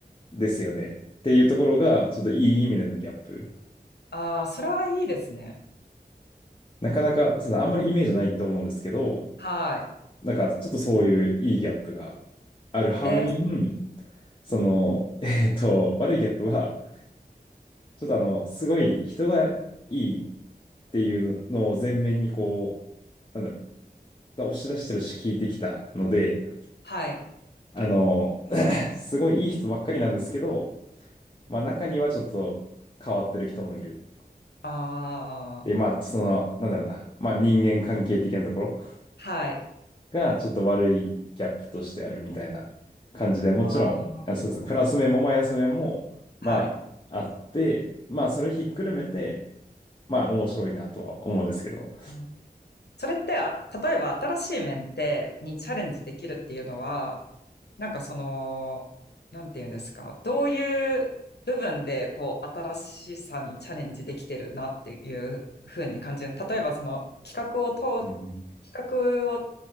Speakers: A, on the left; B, on the left.
A: ですよね。っていうところが、ちょっといい意味でのギャップ。
B: あー、それはいいですね。
A: なかなか、そうですねあんまりイメージないと思うんですけど、
B: はい。
A: なんかちょっとそういういいギャップがある反面、
B: えー、
A: その、えっと、悪いギャップは、ちょっとあの、すごい人がいいっていうのを前面にこう、なんだろう、押し出してるし聞いてきたので、
B: はい。
A: あの、<coughs> <laughs> すごいいい人ばっかりなんですけど、まあ中にはちょっと変わってる人もいる。
B: あー、
A: で、まあその、なんだろうな、まあ人間関係的なところ。
B: はい。
A: がちょっと悪いギャップとしてあるみたいな感じで、もちろん、
B: あー、
A: あ、そうですね、プラス面もマイナス面も、まあ、
B: はい。
A: あって、まあ、それひっくるめて、まあ、面白いなとは思うんですけど。
B: うんそれって、あ、例えば新しい面ってにチャレンジできるっていうのは、なんかその、なんていうんですか、どういう部分でこう新しさにチャレンジできてるなっていうふうに感じる。例えばその企画を通、
A: うんうん
B: 企画を